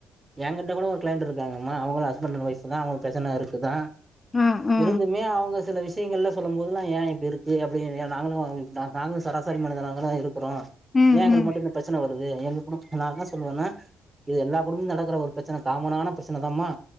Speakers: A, on the right; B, on the left.
A: எங்கிட்ட கூட ஒரு கிளைண்ட் இருக்காங்கம்மா அவுங்களு ஹஸ்பண்ட் அண்ட் ஒய்ஃபு தா அவுங்க பிரச்சன இருக்குதா
B: ஆ, ஆ.
A: இருந்துமே அவுங்க சில விஷ் யங்கள்லா சொல்லும் போதுல்லா ஏ இப்டி இருக்கு அப்டி நாங்களு நா நாங்களு சராசரி மனிதனாகதா இருக் குறோ
B: ம்,
A: ஏ எங்களுக்கு
B: ம்,
A: மட்டு இந்த பிரச்சன வருது எங்க குடும்ப நா என்னா சொல்லுவேன்னா இது எல்லா குடும்ப நடக்கற ஒரு பிரச்சன காமனான பிரச்சன தாம்மா